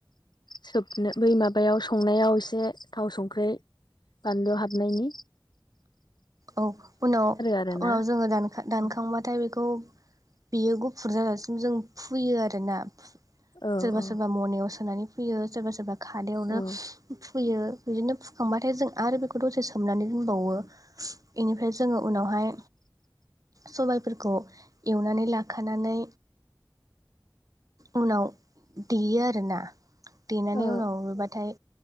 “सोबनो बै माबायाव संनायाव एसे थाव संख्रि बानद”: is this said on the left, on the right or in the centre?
Left